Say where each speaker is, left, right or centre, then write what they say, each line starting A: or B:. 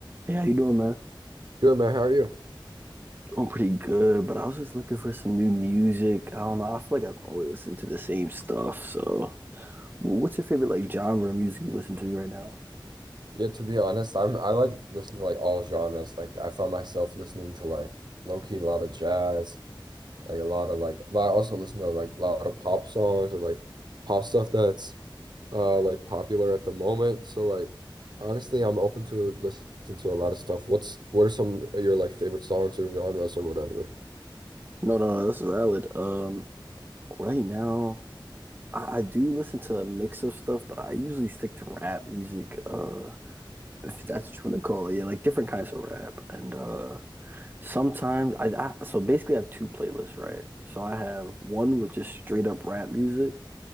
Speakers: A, on the right; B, on the right.
A: Hey, how you doing, man?
B: Good man, how are you?
A: Doing pretty good, but I was just looking for some new music. I don't know. I feel like I've always listened to the same stuff. So, what's your favorite like genre of music you listen to right now?
B: Yeah, to be honest, I'm I like listen to like all genres. Like I found myself listening to like low key a lot of jazz, like a lot of like but I also listen to like a lot of pop songs or like pop stuff that's uh like popular at the moment. So like honestly, I'm open to listen to a lot of stuff. What's what are some of your like favorite songs or genres or whatever?
A: No, no, no, that's valid. Um, right now, I, I do listen to a mix of stuff, but I usually stick to rap music. Uh, if that's what you want to call it, yeah, like different kinds of rap. And uh, sometimes I, I so basically I have two playlists, right? So I have one with just straight up rap music.